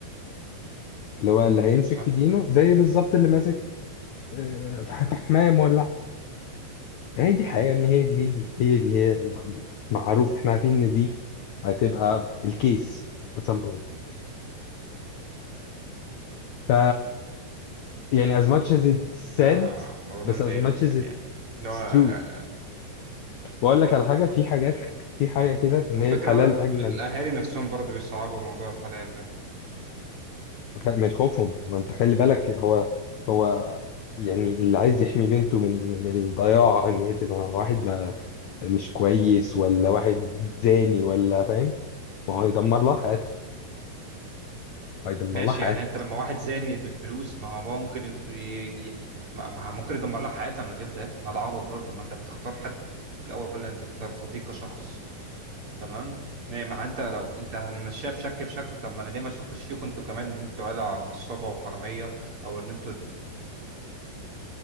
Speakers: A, on the left; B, on the right.
A: اللي هو اللي هيمسك
B: صح
A: في دينه زي بالظبط اللي ماسك آه، في في حماية مولعة هي دي حقيقة يا ابني هي دي هي دي هي دي هي م- معروف احنا عارفين ان دي هتبقى الكيس at some point ف يعني as much as it's said
B: آه، الموضوع
A: بس
B: ده مضايقني
A: as much
B: جدا
A: as
B: يعني
A: it's
B: اللي هو
A: true
B: آه،
A: واقول لك على حاجة في حاجات في حاجة كده ان
B: وفكرة
A: هي الحلال
B: بقى
A: اجمل
B: الأهالي نفسهم برضو بيصعبوا موضوع الحلال ده
A: من خوفهم ما انت
B: مم.
A: خلي بالك هو هو يعني اللي عايز يحمي بنته من من الضياع ان هي تبقى واحد مش كويس ولا واحد زاني ولا فاهم ما هو هيدمر لها حياتها هيدمر
B: ماشي
A: لها حياتها
B: يعني أنت لما واحد زاني بالفلوس ما هو بقى ممكن يمس- ي- ي- ما ما هو ممكن يدمر لها حياتها من غير ده ما ده عبط برضو ما أنت بتختار حد في الأول أنت بترتضيه كشخص تمام يعني ما أنت لو أنت هنمشيها بشك بشك طب ما أنا ليه ما أشكش فيكم أنتوا كمان إن أنتوا عيلة نصابة وحرامية أو إن أنتوا